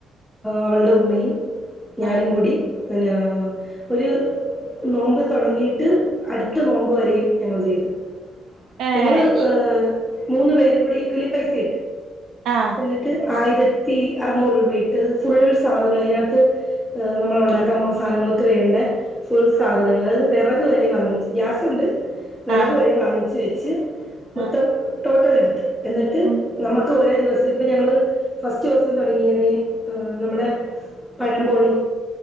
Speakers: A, in the centre; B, on the right.
A: അവള്ടെ ഉമ്മയും ഞാനുംകൂടിം
B: ആഹ്
A: പിന്നാ ഒര് നോമ്പ് തുടങ്ങിയിട്ട് അടുത്ത നോമ്പ് വെരെയും ഞങ്ങൾ ചെയ്തു
B: ഏഹ്
A: ഞങ്ങള്
B: ഇ
A: ഏഹ് മൂന്ന് പേരുംകൂടി ഈക്വലി പെയ്സ ഇട്ടു.
B: ആഹ്
A: എന്നിട്ട് ആയിരത്തി അർനൂറ് രൂപെയിട്ട് ഫുൾ സാധനം അയ്നകത്ത് ഏഹ് ന്നമ്മള് ഒണ്ടാക്കാൻ പോവുന്ന സധനങ്ങൾക്ക് വേണ്ട ഫുൾ സാധനം അത് വിറക് വെരെ വാങ്ങിച്ചു ഗ്യാസുണ്ട്. വെറെക്
B: ആഹ്
A: വെരെ വാങ്ങിച്ച് വെച്ച് മൊത്തം
B: ആഹ്
A: ട്ടോട്ടേൽ എടുത്ത് എന്നിട്ട്
B: ഉം
A: നമ്മക്ക് ഒരേ ദിവസം ഇപ്പൊ ഞങ്ങള് ഫസ്റ്റൂസം തുടങ്ങിയത് ഏഹ് നമ്മടെ പഴംമ്പോളി